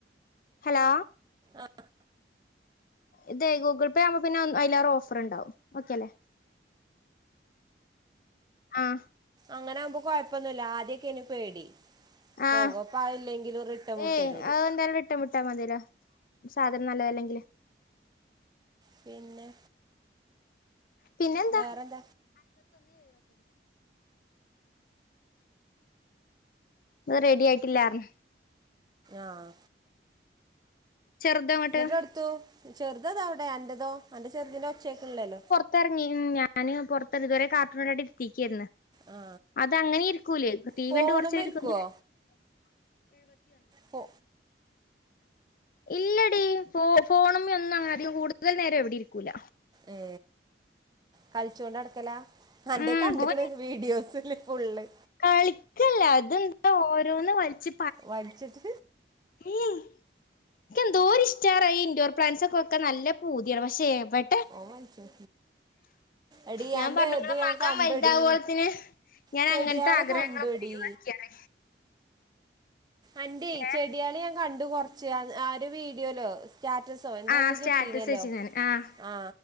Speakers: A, on the left; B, on the right.
A: ഹലോ
B: ആഹ്
A: ഇതേ ഗൂഗിൾ പേ ആകുമ്പം പിന്നെ അതിലേറെ ഓഫർണ്ടാവും ഓക്കെ അല്ലേ ആഹ്
B: അങ്ങനൊവുമ്പോ കൊഴപ്പൊന്നുല്ല ആദ്യൊക്കെ ഏനി പേടി പോകും
A: ആഹ്
B: പ്പ ആളില്ലെങ്കിലും റിട്ടൺ വിട്ടരും
A: ഏയ്
B: ഓല്
A: അത് എന്തായാലും റിട്ടേൺ വിട്ടാൽ മതിയല്ലോ സാധനം നല്ലത് അല്ലെങ്കില്
B: പിന്നെ
A: പിന്നെന്താ
B: വേറെന്താ
A: അത് റെഡി ആയിട്ടില്ലാർഞ്ഞ്
B: ആഹ്
A: ചെറുതങ്ങോട്ട്
B: എന്നിട്ട്ടുത്തു ചെറുത് അതാവിടെ അന്റേതോ അന്റെ ചെറുത് ൻ്റെ ഒച്ചേക്ക്ണ്ല്ലല്ലോ
A: പൊറത്തിറങ്ങിണ് ഞാന് പുറത്ത്ന്ന് ഇത് വരെ. കാർട്ടൂണ് കണ്ട് ഇരിത്തിക്കായിന്ന്
B: ആ
A: അത് അങ്ങനെ ഇരിക്കൂലേ ടീവിണ്ട്
B: ഫോണും
A: കൊറച്ച്
B: ഇരിക്കുവോ
A: രിക്കും
B: ഫോ
A: ഇല്ലടി ഫോ ഫോണ് മെ ഒന്നും അങ്ങനെ അധികം കൂടുതൽ നേരം എവിടെ ഇരിക്കൂല
B: ഏ കളിച്ചോണ്ട്ടക്കലാ അന്റെ
A: ഉം
B: കണ്ട്ക്ക്ണ്
A: ഓന്
B: വീഡിയോസ് ല് പൊള്ള്
A: കളിക്കല്ല തെന്താ ഓരോന്ന് വലിച്ച്
B: വലിച്ചിട്ട്
A: മ്ഹ് എനികോന്തോരിഷ്ടാ ഈ ഇൻഡോർ പ്ലാന്റ്സ് ഒക്കെ നല്ല പൂതിയാണ് പക്ഷെ എവി
B: ഓ വച്ചോ എടി
A: ഞാൻ
B: അന്റെ
A: പറഞ്ഞു ഇങ്ങളെ
B: ഇത് ഞാൻ
A: മകൻ
B: കണ്ടടി
A: വലുതാവോളത്തിന് ഞാൻ
B: ചെടിയാള്
A: അങ്ങനത്തെ ആഗ്രഹങ്ങളൊക്കെ
B: കണ്ടുവെടി
A: ഒഴിവാക്കിയാണ്
B: അന്റെ
A: ഏഹ്
B: ചെടിയള് ഞാൻ കണ്ടു കൊറച്ച് ആ ഒര് വീഡിയോലോ സ്റ്റാറ്റസോ എന്തോന്ന്
A: ആഹ്
B: ഇജ്ജ്ട്ടീനല്ലോ
A: സ്റ്റാറ്റസ് വെച്ച് ഞാൻ ആഹ്
B: ആ